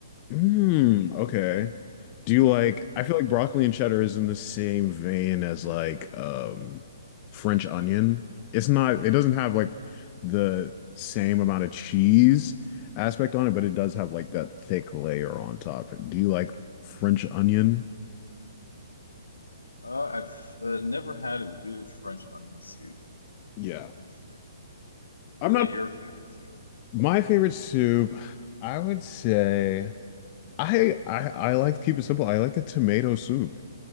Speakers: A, on the left; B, on the left.
A: Mm, okay. Do you like,
B: Yeah.
A: I feel like broccoli and cheddar is in the same vein as like um French onion. It's not, it doesn't have like the same amount of cheese aspect on it, but it does have like that thick layer on top. Do you like French onion?
B: Uh, I've uh, never had a good French onion soup.
A: Yeah.
B: Couldn't say.
A: I'm
B: Is
A: not,
B: that your favorite soup?
A: my favorite soup, I would say I I I like to keep it simple. I like a tomato soup.